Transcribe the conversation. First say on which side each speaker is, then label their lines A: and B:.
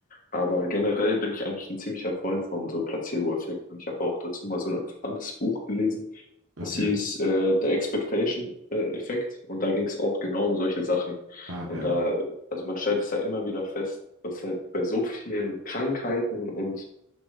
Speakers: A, on the left; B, on the right.
A: aber generell bin ich eigentlich ein ziemlicher Freund von so Placebo-Effekten. Ich habe auch dazu mal so ein interessantes Buch gelesen.
B: Okay.
A: Das hieß äh, der Expectation-Effekt und da ging es auch genau um solche Sachen.
B: Ah,
A: Und
B: geil.
A: da, also man stellt es da immer wieder fest, dass halt bei so vielen Krankheiten und